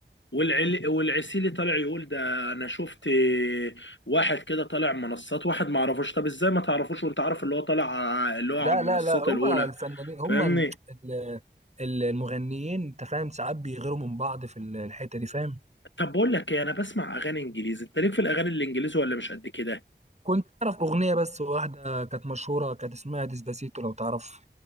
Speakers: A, on the left (about 80°); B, on the right (about 35°).
A: والعل والعسيلي طالع يقول ده انا شفت واحد كده طالع منصات واحد ما اعرفوش طب ازاي ما تعرفوش وانت عارف اللي هو طالع ع- اللي هو
B: لا
A: على المنصات
B: لا لا هو
A: الاولى
B: الفنانين هم
A: فاهمني
B: ال- ال- ال- المغنيين انت فاهم ساعات بيغيروا من بعض في ال- الحته دي فاهم
A: طب بقول لك ايه انا بسمع اغاني انجليزي انت ليك في الاغاني الانجليزي ولا مش قد كده
B: كنت اعرف اغنيه بس واحده كانت مشهوره كانت اسمها ديسباسيتو لو تعرف